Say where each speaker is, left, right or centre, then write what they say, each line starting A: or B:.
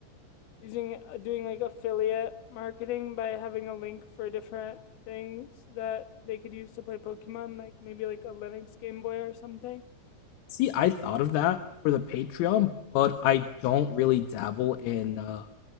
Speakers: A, on the left (about 60°); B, on the left (about 80°).
A: using uh, doing like affiliate marketing by having a link for different things that they could use to play Pokemon, like maybe like a Linux Game Boy or something?
B: See, I thought of that for the Patreon, but I don't really dabble in. Uh,